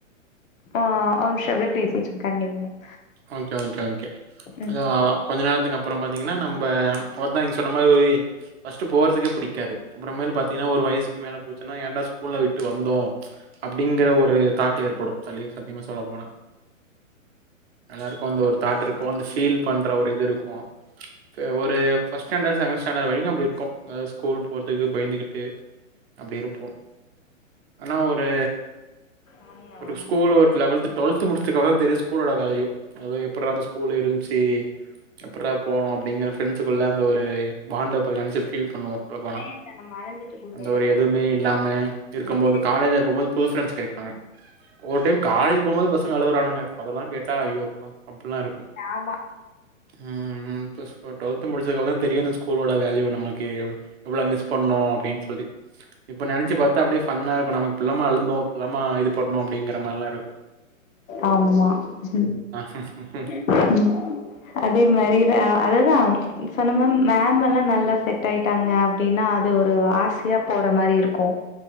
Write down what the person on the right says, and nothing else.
ஓகே ஓகே ஒகே
அ கொஞ்ச நேரத்துக்கு அப்புறம் பார்த்தீங்கன்னா நம்ப ஒரு தான் நீங்க சொன்ன மாரி ஃபஸ்ட்டு போறதுக்கே பிடிக் க்காது அப்புறமேல் பாத்தீங்கன்னா ஒரு வயசுக்கு மேல போச்சன்னா ஏன்டா ஸ்கூல்ல விட்டு வந்தோ அப்படிங்கிற ஒரு தாட்டு ஏற்படும் சலீவ் சத்தியமா சொல்ல போனா எல்லாருக்கும் அந்த ஒரு தாட் இருக்கு அந்த ஃபீல் பண்ற ஒரு இது இருக்கு ப்ப ஒரு ஃபர்ஸ்ட் ஸ்டாண்டர்ட் செகண்ட் ஸ்டாண்டர்ட் வரைக்கு அப்படி இருக்கு ஸ்கூல் போறதுக்கு பயந்துகிட்டு அப்டி இருப்போ ஆனா ஒரு
ஒரு
ஸ்கூல் ஒரு லெவல்த் டுவெல்த் முடிச்சதுக்கப்புறந்தா தெரியு ஸ்கூலோட வேல்யூ அது எப்பட்றா அந்த ஸ்கூல் இருந்துச்சு எப்புட்றா போனோ அப்படிங்கிற ஃப்ரெண்ட்ஸ்க்குள்ள அங்க ஒரு பாண்டப் நினச்சு ஃபீல் பண்ணுவோ சொல்ல போனா
அந்த ஒரு எதுவுமே இல்லாம இருக்கும்போது
காலேஜா இருக்கும்போது புது ஃபிரண்ஸ் கிடைப்பாங்க ஒரு டைம் காலேஜ் போம்போது பசங்க அழுவுரானுங்க அதெல்லா கேட்டா ஐயோ அப்புல்லா இருக்கு
ம் ம் பிளஸ் டுவெல்த் முடிச்சகப்பறம்தா தெரியு இந்த ஸ்கூலோட வேல்யூ நமக்கே எவ்வளோ மிஸ் பண்ணோ அப்படின் சொல்லி இப்ப நினைச்சு பாத்தா அப்டியே ஃபன்னா இருக்கு நம்ம இப்பில்லாமா அழுந்தோ இப்பில்லாமா இது பண்ணோ அப்டிங்கிற மாரிலா இருக்கு
ஹு ஹு ஹு